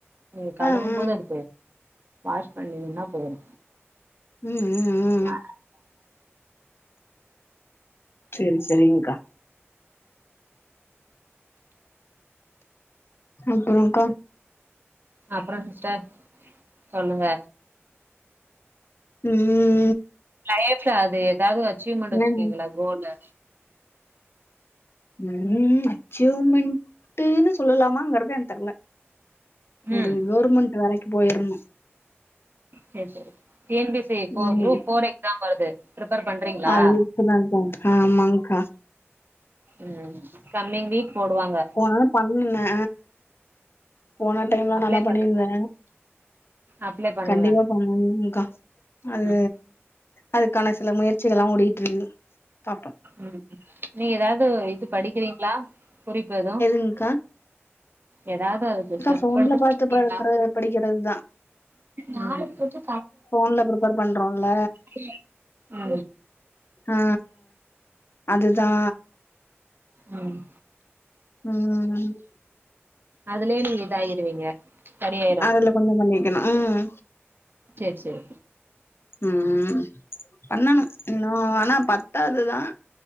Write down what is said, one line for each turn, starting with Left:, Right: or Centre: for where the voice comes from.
Right: நீங்க கழுவும்போது
Left: ஆ ஆ
Right: அது பே வாஷ் பண்ணின்னா போயிரு
Left: ம் ம் ம்
Right: அ
Left: சேரி செரிங்க்கா இப்டி தானேங்க்கா
Right: அப்றோ சிஸ்டர் சொல்லுங்க
Left: ம்
Right: லைஃப்ல அது எதாது அச்சீவ்மென்ட் வச்சிருக்கீங்ளா
Left: என்ன
Right: கோலு
Left: ம் அச்சீவ்மென்ட்டுனு சொல்லலாமாங்கறத எனக்கு தெர்ல ஒரு
Right: ம்
Left: கவுர்மென்ட் வேலைக்கு போயிற்னு
Right: சேர் சேரி டீ என் பி சி ஃபோ
Left: ம்
Right: குரூப் ஃபோர் எக்ஸாம் வருது பிரிப்பேர் பண்றீங்ளா
Left: அது ஆமாங்க்கா
Right: ம் கம்மிங் வீக் போடுவாங்க
Left: போன தடவ பண்ணே போன டைம்லா
Right: அப்ளை
Left: நல்லா பண்ணிருந்தே
Right: பண்ணுங்க அப்ளை பண்ணுங்க
Left: கண்டிப்பா பண்ணணுக்கா அது
Right: ம்
Left: அதுக்கான சில முயற்சிகளா ஆ ஓடிட்ருந்தே பாப்போ
Right: ம் நீங்க எதாவ்து இது படிக்கிறீங்ளா குறிப்பு எது
Left: இருக்கா
Right: எதாவ்து அதுக்கு ஒரு ஸ்டெப்
Left: ஃபோன்ல
Right: எடுத்து படிக்றீங்ளா
Left: பாத்து பழக்கறது படிக்கிறதுதா
Right: நாளைக் கொஞ்சோ
Left: ஃபோன்ல ப்ரிப்பேர் பண்றோல்ல
Right: <unintelligible> ஆ
Left: ஆ அதுதா
Right: ம்
Left: ம்
Right: அதுலயே நீங்க இதாயிருவீங்க சரியாயிரும்
Left: அதுல கொஞ்சொ பண்ணிக்கனு ம்
Right: சேர் சேர்
Left: ம் பண்ணணு இன்னு ஆனா பத்தாது தா